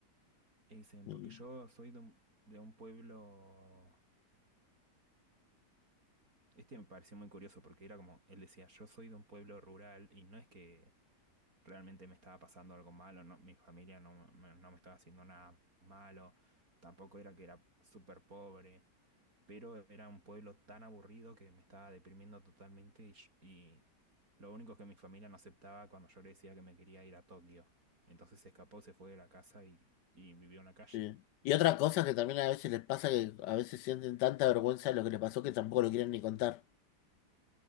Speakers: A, on the right; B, on the left.
A: Y dicen,
B: Mm,
A: porque yo soy de un, de un pueblo Este me pareció muy curioso porque era como, él decía, yo soy de un pueblo rural y no es que realmente me estaba pasando algo malo, no, mi familia no me, no me estaba haciendo nada malo, tampoco era que era súper pobre, pero era un pueblo tan aburrido que me estaba deprimiendo totalmente y, sh- y lo único que mi familia no aceptaba cuando yo le decía que me quería ir a Tokio. Entonces se escapó, se fue de la casa y, y vivió en la calle.
B: sí. Y otra cosa que también a veces les pasa que a veces sienten tanta vergüenza de lo que les pasó que tampoco lo quieren ni contar.